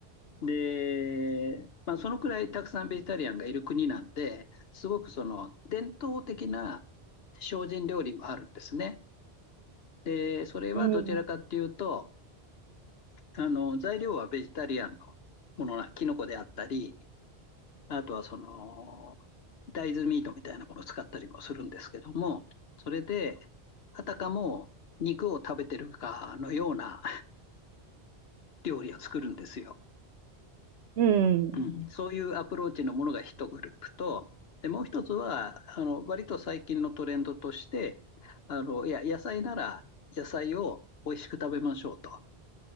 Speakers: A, on the left; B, on the right.
A: で、まあ、そのくらいたくさんベジタリアンがいる国なんで、すごくその伝統的な精進料理もあるんですね。で、それはどちらかっていうと、
B: うん。
A: あの、材料はベジタリアンのものな、キノコであったり、あとはその、大豆ミートみたいなものを使ったりもするんですけども、それで、あたかも肉を食べてるかのような料理を作るんですよ。
B: うん。
A: うん、そういうアプローチのものが一グループと、で、もう一つは、あの、割と最近のトレンドとして、あの、いや、野菜なら野菜を美味しく食べましょうと。